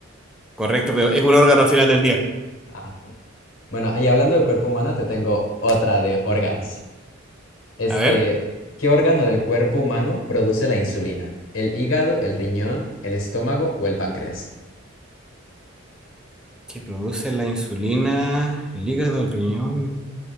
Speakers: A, in the centre; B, on the left.
A: Correcto, pero es un órgano al final del día.
B: Ah, Bueno, ahí hablando del cuerpo humano, te tengo otra de órganos. Este,
A: A ver,
B: ¿qué órgano del cuerpo humano produce la insulina? ¿El hígado, el riñón, el estómago o el páncreas?
A: ¿qué produce la insulina? El hígado, el riñón,